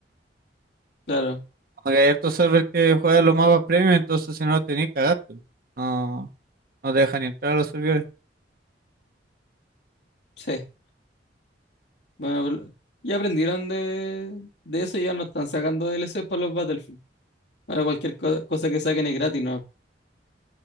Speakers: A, on the left (about 70°); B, on the right (about 55°).
A: Claro,
B: Como que hay hartos servers que juegan los mapas premium, entonces si no lo tenéis, cagaste. No, no te dejan ni entrar a los servidores.
A: sí. Bueno, ya aprendieron de, de eso y ya no están sacando DLC para los Battlefield. para cualquier co- cosa que saquen es gratis, ¿no?